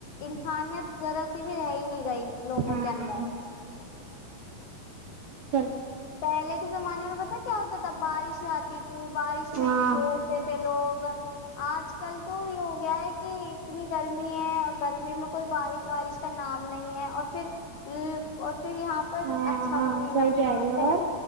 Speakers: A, on the left (about 60°); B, on the right (about 65°).
A: انسانیت ذرا سی بھی رہ ہی نہیں گئی لوگوں
B: ہاں
A: کے اندر
B: ا
A: پہلے کے زمانے میں پتا کیا ہوتا تھا بارش آتی تھی بارش
B: ہاں
A: میں کھیلتے تھے لوگ آج کل تو یہ ہو گیا ہے کہ اتنی گرمی ہے گرمی میں کوئی بارش وارش کا نام نہیں ہے اور پھر پھر یہاں پر
B: ہاں
A: اچھا
B: ہاں
A: بھی نہیں
B: صحیح
A: لگتا
B: کہہ رہی ہو
A: پہلے